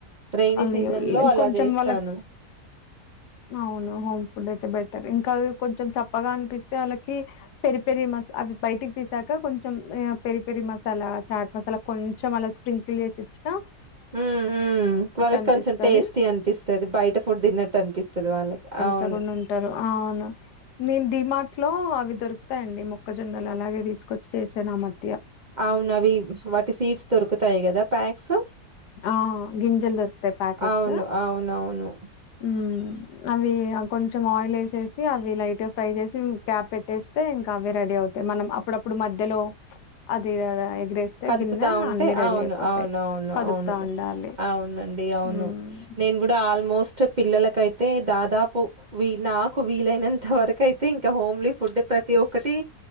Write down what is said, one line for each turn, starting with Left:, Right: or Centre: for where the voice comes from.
Right: రైైనీ
Left: <unintelligible>
Right: సీజన్ లో అలా
Left: కొంచెం
Right: చేస్తాను
Left: వాళ్ళకి అవునువును ఫుడ్ అయితే బెటర్ ఇంకావి కొంచెం చప్పగా అనిపిస్తే వాళ్ళకి పెరి పెరి మస అవి బయటికి తీసాక కొంచెం పెరి పెరి మసాలా చాట్ మసాలా కొంచెం అలా స్ప్రింకిల్ చేసి ఇచ్చిన
Right: మ్ మ్ వాళ్ళకి
Left: అనిపిస్తది.
Right: కొంచెం టేస్టీ అనిపిస్తది. బయట ఫుడ్ తిన్నట్టు అనిపిస్తది. వాళ్ళకి అవు
Left: <unintelligible> ఉంటరు ఆ అవును నేను డిమార్ట్ ట్లో అవి దొరుకుతాయండి మొక్కజొన్నలు అలాగే తీసుకొచ్చి చేసాను ఆ మద్
Right: అవునఅవి వాటి సీడ్స్ దొరుకుత తాయి కదా ప్యాక్స్
Left: ఆ గింజలు దొరుకుతాయి ప్యాకెట్స్
Right: అవును అవునవును.
Left: మ్ అవి కొంచం ఆయిల్ వేసేసి అవి లైట్గా ఫ్రై చేసి క్యాప్ పెట్టేస్తే ఇంకా అవి రెడీ అవుతాయి మనం అప్పుడప్పుడు మధ్యలో చమ్ అది ఎగిరేస్తే
Right: కదుపుతా
Left: గిన్నె
Right: ఉంటే
Left: అన్ని రెడీ
Right: అవును
Left: అయిపోతాయి
Right: అవును అవును
Left: కదుపుతా
Right: అవును
Left: ఉండాలి
Right: అవును. అండి అవును
Left: మ్మ్
Right: నేను కూడా అల్ ఆల్మోస్ట్ పిల్లలకైతే దాదాప్ ప్ నాకు వీలైనంత వరకైతే ఇంకా హోమ్లీ ఫుడ్ ప్రతి ఒక్కటి